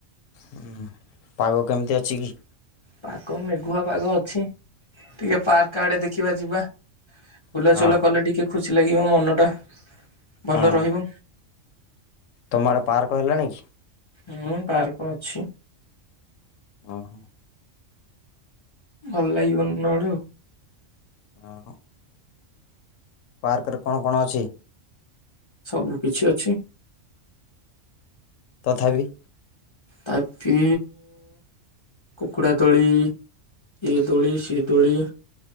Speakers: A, on the left; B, on the left.
A: ହୁଁ ପାଗ କେମିତି ଅଛି କି?
B: ପାଗ ମେଘୁଆ ପାଗ ଅଛି ଟିକେ ପାର୍କ ଆଡ଼େ ଦେଖିବା ଯିବା। ବୁଲାଚଲା
A: ହଁ
B: କଲେ ଟିକେ ଖୁସି ଲାଗିବ ମନ ଟା। ଭଲ
A: ହଁ
B: ରହିବ।
A: ତମ ଆଡ଼େ ପାର୍କ ହେଲାଣି କି?
B: ହୁଁ- ପାର୍କ ଅଛି।
A: ଅ ହଁ।
B: ଭଲ ଲାଗିବନି ନଏଲେ ଆଉ।
A: ହଁ। ପାର୍କରେ କଣ କଣ ଅଛି?
B: ସବୁ କିଛି ଅଛି।
A: ତଥାବି?
B: ତାପି କୁକୁଡ଼ା ଦୋଳି ଇଏ ଦୋଳି ସିଏ ଦୋଳି।